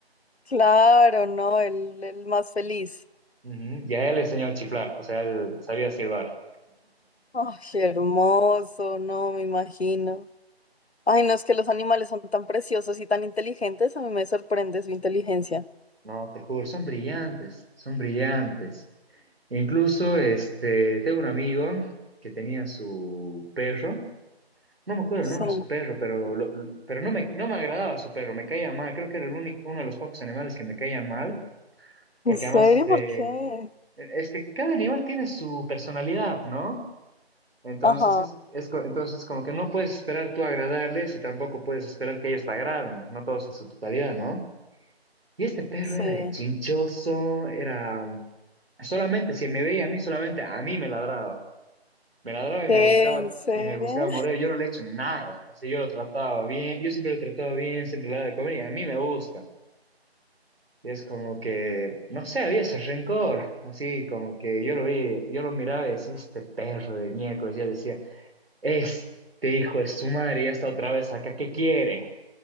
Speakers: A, on the left; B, on the right.
A: Claro, no, el, el más feliz.
B: Ujú, Ya él enseñó a chiflar, o sea, él sabía silbar.
A: Ay, hermoso, no, me imagino. Ay, no, es que los animales son tan preciosos y tan inteligentes, a mí me sorprende su inteligencia.
B: No, te juro, son brillantes, son brillantes. Incluso, este, tengo un amigo que tenía su perro, no me acuerdo el
A: Sí.
B: nombre de su perro, pero, lo- lo- pero no me, no me agradaba su perro, me caía mal, creo que era el único, uno de los pocos animales que me caían mal, porque
A: ¿En serio?
B: además, este,
A: ¿Por qué?
B: es que cada animal tiene su personalidad, ¿no? Entonces,
A: Ajá,
B: es, es co- entonces como que no puedes esperar tú agradarles y tampoco puedes esperar que ellos te agraden, no todos en su totalidad, ¿no? Y este perro
A: sí.
B: era de chinchoso, era solamente, si me veía a mí, solamente a mí me ladraba. Me ladraba y
A: ¿Qué?
B: me buscaba
A: ¿En serio?
B: y me buscaba morder. Yo no le he hecho nada. Así yo lo trataba bien, yo siempre lo trataba bien, siempre le daba de comer y a mí me busca. Y es como que, no sé, había ese rencor. Así como que yo lo vi, yo lo miraba y decía, este perro de miércoles, ya decía. Este hijo de su madre ya está otra vez acá, ¿qué quiere?